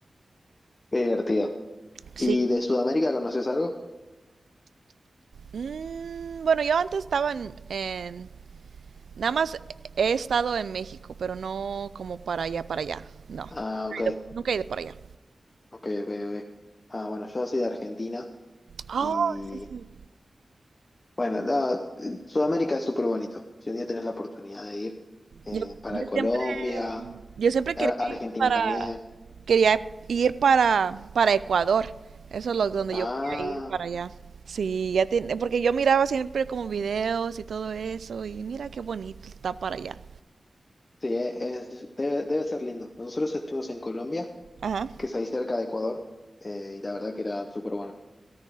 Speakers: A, on the left (about 35°); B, on the right (about 90°).
A: Qué divertido.
B: Sí,
A: ¿Y de Sudamérica conoces algo?
B: Mm, bueno, yo antes estaba en, en- Nada más he estado en México, pero no como para allá, para allá. No. Nunca
A: Ah, ok.
B: he ido, nunca he ido para allá.
A: Ok, ok, ok. Ah, bueno, yo soy de Argentina
B: Oh,
A: y
B: sí, sí.
A: bueno, no, Sudamérica es súper bonito. Si un día tenés la oportunidad de ir eh,
B: Yo,
A: para
B: yo
A: Colombia.
B: siempre, yo siempre
A: A-
B: quería
A: Argentina
B: ir para...
A: también.
B: Quería ir para, para Ecuador. Eso es lo, donde
A: Ah,
B: yo quería ir para allá. Sí, ya tiene, porque yo miraba siempre como videos y todo eso y mira qué bonito está para allá.
A: sí, eh, es, debe, debe ser lindo. Nosotros estuvimos en Colombia,
B: Ajá.
A: que es ahí cerca de Ecuador, eh, y la verdad que era súper bueno.